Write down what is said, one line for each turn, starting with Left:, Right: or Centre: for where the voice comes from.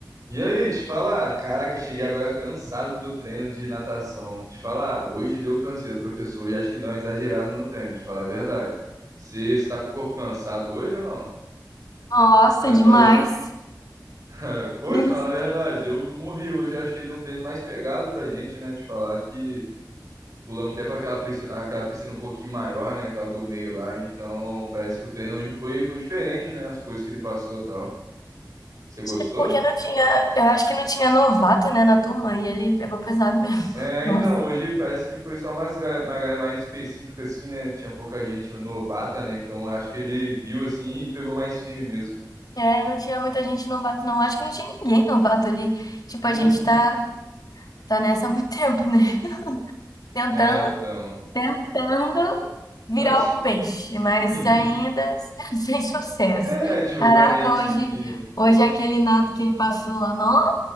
Right: E aí, te falar, caraca, cheguei agora cansado do treino de natação. Te falar, hoje deu canseiro, professor, e acho que deu uma exagerada no treino, te falar a verdade. Você tá com o corpo cansado hoje ou não?
Left: Nossa,
Right: Ou é só
Left: demais.
Right: eu? <laughs> Pô,
Left: Eles-
Right: te falar a verdade, eu morri hoje, acho que deu um treino mais pegado pra gente, né? Te falar que pulamos até pra aquela piscina, aquela piscina um pouquinho maior, né? Aquela do meio lá, então parece que o treino hoje foi, foi diferente, né? As coisas que ele passou e tal. Você gostou?
Left: Acho que é porque não tinha, eu acho que não tinha novato, né, na turma, e ele pegou pesado mesmo. <laughs>
Right: É,
Left: Nossa.
Right: então, hoje parece que foi só umas gal- uma galera mais específica, assim, né? Tinha pouca gente novata, né? Então, eu acho que ele viu, assim, e pegou mais firme mesmo.
Left: É, não tinha muita gente novato, não. Acho que não tinha ninguém novato ali. Tipo,
Right: Uhum.
Left: a gente tá, tá nessa há muito tempo, né? <laughs> Tentando,
Right: É, então.
Left: tentando virar
Right: Eu acho
Left: um
Right: que.
Left: peixe, mas
Right: <laughs>
Left: ainda <laughs> sem sucesso.
Right: É, tipo,
Left: Caraca,
Right: pra gente
Left: hoje,
Right: que.
Left: hoje
Right: Hum.
Left: aquele nado que ele passou lá, nossa,